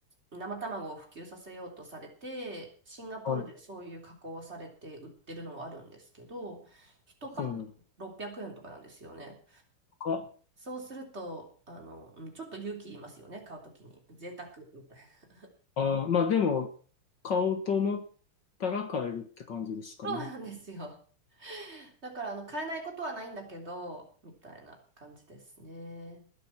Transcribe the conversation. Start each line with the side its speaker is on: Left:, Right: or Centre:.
Right: 生卵を普及させようとされて、シンガポールでそういう加工をされて売ってるのもあるんですけど、
Left: はい。
Right: 1パック600円とかなんですよね。
Left: そうなのか。
Right: そうすると、あの、うんちょっと勇気いりますよね、買うときに。贅沢みたいな。
Left: ああまあでも、買おうと思ったら買えるって感じですかね。
Right: <laughs> そうなんですよ。だから、あの、買えないことはないんだけど、みたいな感じですね。